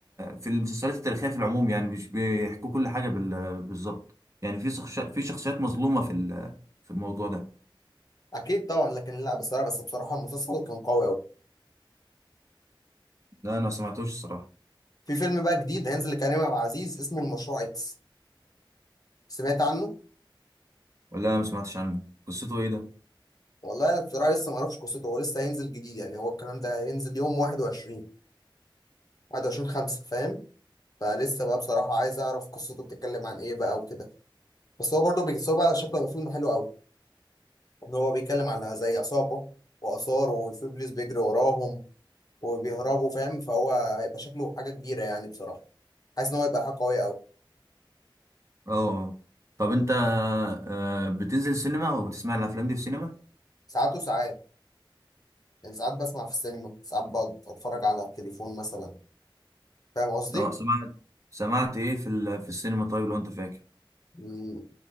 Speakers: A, on the right; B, on the left.
A: في المسلسلات التاريخية في العموم يعني مش بيحكوا كل حاجة بال... بالظبط يعني في شخص... في شخصيات مظلومة في ال... في الموضوع ده
B: اكيد طبعا لكن لا بصراحه بس بصراحه المسلسل كان قوي قوي
A: لا انا ما سمعتوش الصراحة
B: في فيلم بقى جديد هينزل لكريم عبد العزيز اسمه المشروع اكس سمعت عنه
A: ولا ما سمعتش عنه قصته ايه ده
B: والله انا بصراحه لسه ما اعرفش قصته هو لسه هينزل جديد يعني هو الكلام ده هينزل يوم 21 21 5 فاهم فلسه بقى بصراحه عايز اعرف قصته بتتكلم عن ايه بقى وكده بس هو برضه بي- بس هو بقى شكله هيبقى فيلم حلو قوي ان هو بيتكلم على زي عصابه واثار وفي بوليس بيجري وراهم وبيهربوا فاهم فهو هيبقى شكله حاجه كبيره يعني بصراحه حاسس ان هو هيبقى حاجه قويه قوي
A: اه طب انت آه، بتنزل السينما او بتسمع الافلام دي في السينما
B: ساعات وساعات يعني ساعات بسمع في السينما ساعات بتفرج على التليفون مثلا فاهم قصدي
A: اه سمعت سمعت ايه في ال... في السينما طيب لو انت فاكر
B: مم،